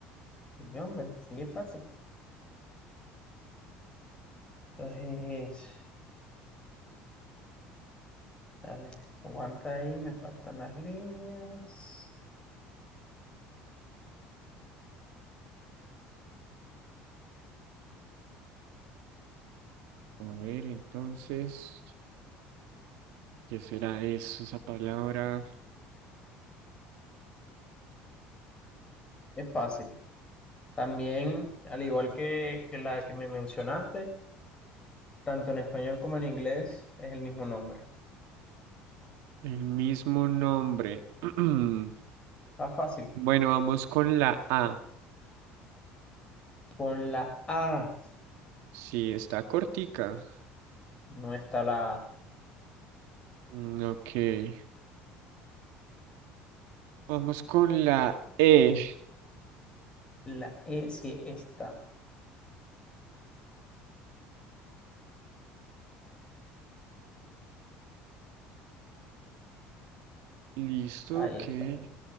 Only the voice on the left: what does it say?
Y hombre, sigue fácil. Entonces, dale, aguanta ahí, me faltan las líneas.
Es fácil. También, al igual que, que la que me mencionaste, tanto en español como en inglés es el mismo nombre.
Está fácil.
Con la A
no está la A.
La E sí está.
Ahí
está.